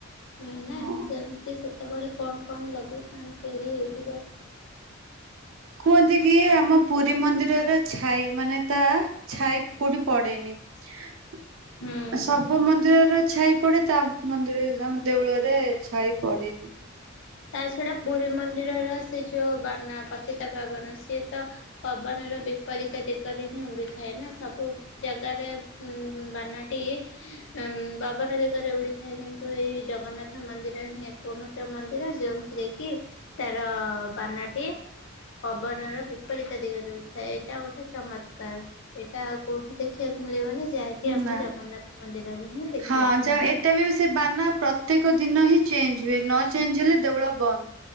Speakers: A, on the left; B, on the right.
A: ହୁଁ ନା
B: ହଁ।
A: ସେମତି ସେ ସେତେବେଳେ କଣ କଣ ଲଗେଇଥାନ୍ତି ତିରି ହେଇଥିବା ସେ
B: କୁହନ୍ତି କି ଆମ ପୁରୀ ମନ୍ଦିର ର ର ଛାଇ ମାନେ ତା ଛାଇ କୋଉଠି ପଡେନି। <inaudible>
A: ହୁଁ।
B: ସବୁ ମନ୍ଦିରର ଛାଇ ପଡେ ତା ମନ୍ଦିରରେ ଆମ ଦେଉଳ ରେ ଯେ ଛାଇ ପଡ଼େନି।
A: ତା ଛଡା ପୁରୀ ମନ୍ଦିରର ସେ ଯୋଉ ବାନା ପତିତା ପବନ ସିଏ ତ ପବନର ବିପରୀତ ଦିଗରେ ହିଁ ଉଡିଥାଏ। ନା ସବୁ ଜାଗାରେ ଉଁ ବାନାଟି ଉଁ ପବନ ଦିଗରେ ଉଡିଥାଏ କିନ୍ତୁ ଏଇ ଜଗନ୍ନାଥ ମନ୍ଦିର ହିଁ ଏକମାତ୍ର ମନ୍ଦିର ଯେ ଯୋଉଥିରେ କି ତାର ବାନାଟି ପବନର ବିପରୀତ ଦିଗରେ ଉଡ଼ିଥାଏ। ଏଇଟା ଗୋଟେ ଚମତ୍କାର ଏଟା ଆଉ କୋଉଠି ଦେଖିବାକୁ। ମିଳିବନି ଯାହାକି ଆମ
B: ନା
A: ଜଗନ୍ନାଥ ମନ୍ଦିରରେ ହିଁ ଦେଖିବାକୁ
B: ହଁ ଚ
A: ମିଳେ।
B: ଏତେ ବି ବି ସେ ବାନା ପ୍ରତ୍ୟେକ ଦିନ ହିଁ ଚେଞ୍ଜ ହୁଏ ନ ଚେଞ୍ଜ ହେଲେ ଦେଉଳ ବନ୍ଦ।